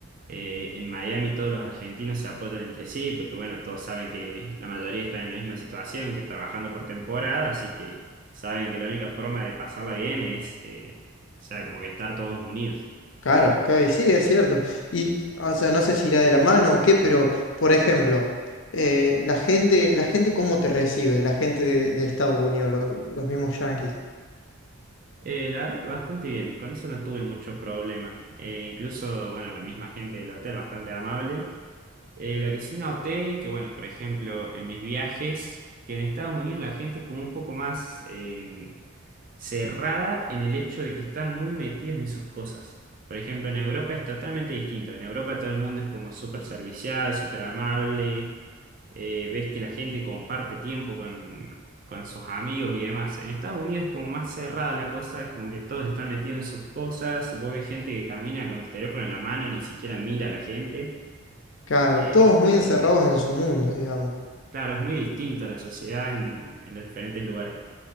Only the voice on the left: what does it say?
Claro, ok, sí, es cierto. Y, o sea, no sé si irá de la mano o qué, pero, por ejemplo, eh, la gente, la gente cómo te recibe, la gente de, de Estados Unidos, lo- los mismos yanquis.
Claro,
todos
muy encerrados en su mundo, digamos.